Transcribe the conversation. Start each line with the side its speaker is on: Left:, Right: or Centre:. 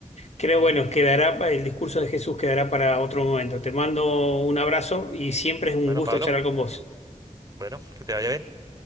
Left: Creo,
Right: Ujú.
Left: bueno, quedará, pa- el discurso de Jesús quedará para otro momento. Te mando un abrazo y siempre es un
Right: Bueno,
Left: gusto
Right: Pablo,
Left: charlar con vos.
Right: bueno, que te vaya bien.